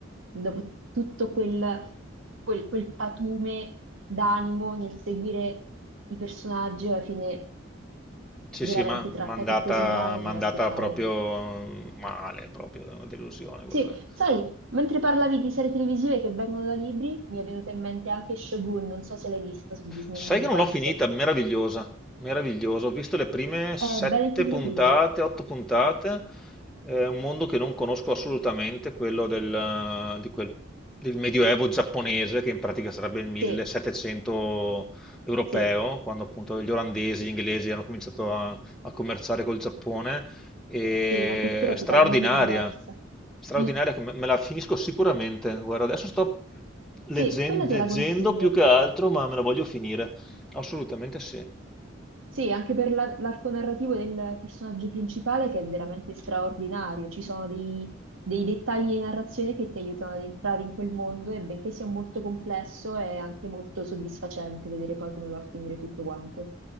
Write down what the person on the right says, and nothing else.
dopo tutto quel, quel- quel patume d'animo nel seguire i personaggi, alla fine
veramente
trattati
così male, non
me
l'aspettavo.
Sì, sai, mentre parlavi di serie televisive che vengono da libri, mi è venuta in mente anche Shogun, non so se l'hai vista su Disney
Plus.
È
bella impegnativa.
Sì,
Sì,
sì, una cultura
totalmente diversa.
Mm.
Sì,
quella te
la consiglio.
Sì, anche per la- l'arco narrativo del personaggio principale che è veramente straordinario. Ci sono dei, dei dettagli di narrazione che ti aiutano ad entrare in quel mondo e benché sia molto complesso è anche molto soddisfacente vedere poi come va a finire tutto quanto.